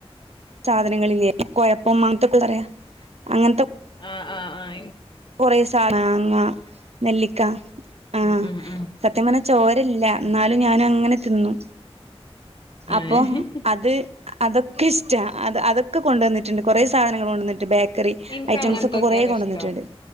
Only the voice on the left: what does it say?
ആ ആ ആ
ഉം ഉം ഉം
ഏഹ്
എനിക്ക്
അങ്ങനത്തൊക്കെയാണ്
ഇഷ്ടം